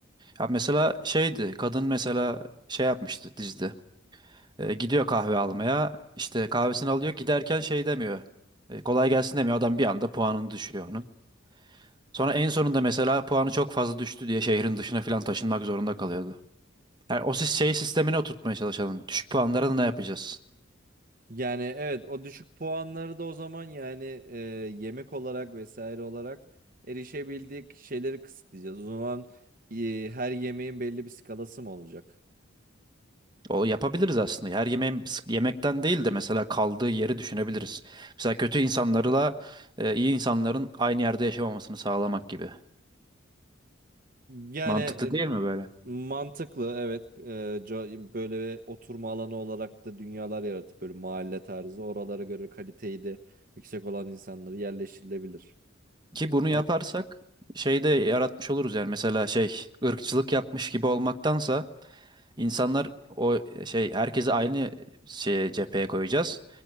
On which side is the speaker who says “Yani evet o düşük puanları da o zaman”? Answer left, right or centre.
Right